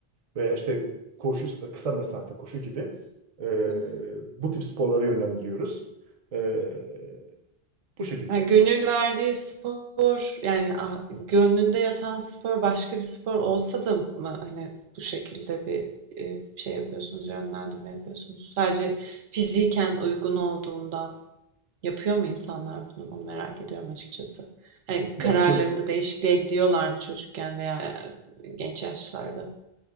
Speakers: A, on the right; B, on the right.
A: veya işte koşuysa da kısa mesafe koşu gibi e,
B: gibi.
A: bu tip sporlara yönlendiriyoruz. E, bu şekilde.
B: Ya gönül verdiği spor yani ah- gönlünde yatan spor başka bir spor olsa da mı hani bu şekilde bir e, şey yapıyorsunuz, yönlendirme yapıyorsunuz? Sadece fiziken uygun olduğundan yapıyor mu insanlar bunu? Onu merak ediyorum açıkçası. Hani
A: Yani
B: kararlarında
A: çö-
B: değişikliğe gidiyorlar mı çocukken veya e, genç yaşlarda?